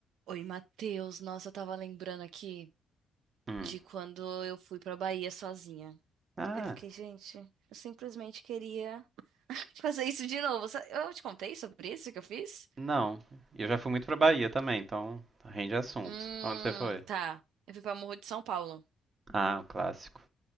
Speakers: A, on the right; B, on the right.
A: Oi, Matheus. Nossa, eu tava lembrando aqui
B: Hum.
A: de quando eu fui pra Bahia sozinha.
B: Ah,
A: Eu fiquei, gente, eu simplesmente queria fazer isso de novo. Sa- Eu te contei sobre isso que eu fiz?
B: não. Eu já fui muito pra Bahia também, então rende assunto.
A: Hum,
B: Onde você foi?
A: tá. Eu fui pra Morro de São Paulo.
B: Ah, o clássico.